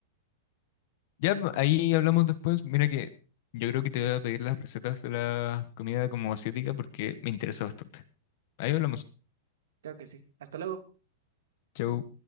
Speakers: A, on the left; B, on the right.
A: Ya, pa- ahí hablamos después. Mira que yo creo que te voy a pedir las recetas de la comida como asiática porque me interesa bastante. Ahí hablamos.
B: Claro que sí. Hasta luego.
A: Chau.